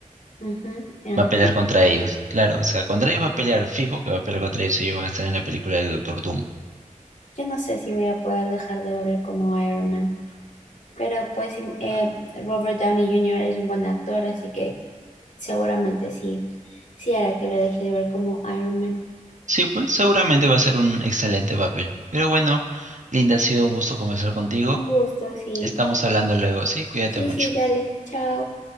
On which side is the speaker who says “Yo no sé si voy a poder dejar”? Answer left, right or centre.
Left